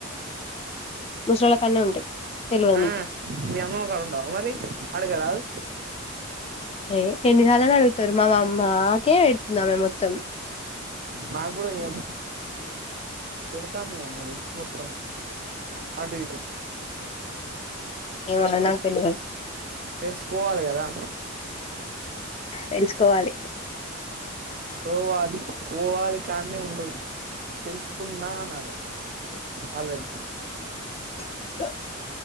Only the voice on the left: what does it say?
ముసళ్ళల కన్నా ఉంటాయి తెలియదు
నీకు
అరే ఎన్నిసాలలు అడుగుతారు మా మామ మేక్ పెడుతుంది అమ్మే మొత్తం
<unintelligible> నాకు తెలవధ్
తెలుసుకోవాలి
స